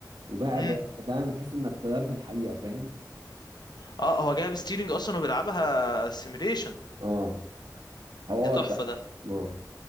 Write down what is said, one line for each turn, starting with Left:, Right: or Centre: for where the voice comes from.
Right: وبقى
Left: <laughs>
Right: ب-
Left: امم
Right: فاهم بتحس انك طيار في الحقيقة فاهم
Left: اه هو جايب ستيرنج أصلا وبيلعبها سيميوليشن
Right: اه حوار
Left: دي تحفة
Right: بقى
Left: ده
Right: اه